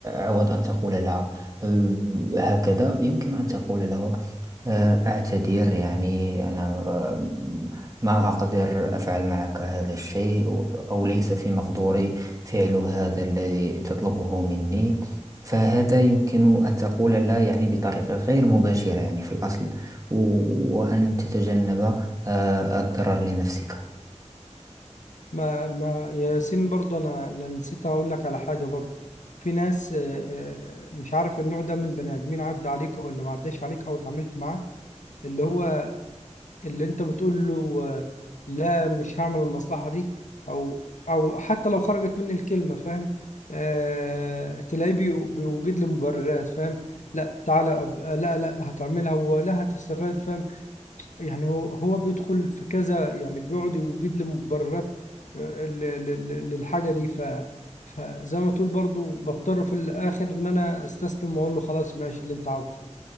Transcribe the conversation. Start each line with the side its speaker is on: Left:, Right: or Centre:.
Right: عوض أن تقول لا آه، هكذا يمكن أن تقول له آه، أعتذر يعني أنا آه، ما أقدر أفعل معك هذا الشيء أو أو ليس في مقدوري فعل هذا الذي تطلبه مني فهذا يمكن أن تقول لا يعني بطريقة غير مباشرة يعني في الأصل و- وأن تتجنب آه، الضرر لنفسك
Left: ما ما ياسين برضو انا انا نسيت اقول لك على حاجه برضو في ناس آه، آه، مش عارف النوع ده من بني ادمين عدى عليك او اللي ما عداش عليك او اتعاملت معاه اللي هو اللي انت بتقول له آه، لا مش هعمل المصلحه دي او او حتى لو خرجت مني الكلمه فاهم آه تلاقيه بي- بيوجد لي مبررات فاهم لا تعالى أب... لا لا هتعملها ولا هتستفاد فاهم يعني هو هو بيدخل في كذا يعني بيقعد يوجد لي مبررات آه، ل- ل- ل- للحاجة دي ف فزي ما تقول برضو بضطر في الآخر إن أنا أستسلم وأقول له خلاص ماشي اللي أنت عاوزه